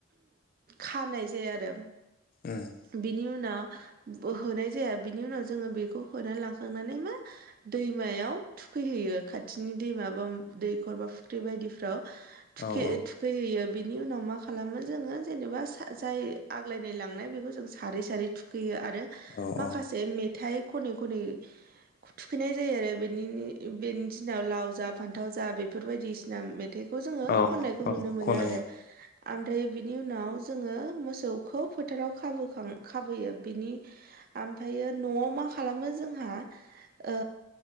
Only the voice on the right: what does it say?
खानाय जाया आरो
बिनि उनाव होनाय जाया बिनि उनाव जोङो बेखौ होना लांखांनानै मा दैमायाव थुखैहैयो खाथिनि दैमा बा दैखर बा फुख्रि बायदिफ्राव थुखि
थु खैहैयो बिनि उनाव मा खालामो जोङो जेनेबा जाय आग्लायनाय लांनाय बेखौ जों सारै सारै थु खैयो आरो
माखासे मेथाइ खनै खनै थुखैनाय जायो आरो बेनि बेनि दिनाव लाव जा फानथाव जा बेफोर बायदिसिना मेथाइ खौ जोङो
खननायखौ नुनो
मोनो
आरो ओमफ्राय बिनि उनाव जोङो मोसौखौ फोथाराव खाबोखां खाबोयो बिनि ओमफ्रायो न'वाव मा खालामो जोंहा ओ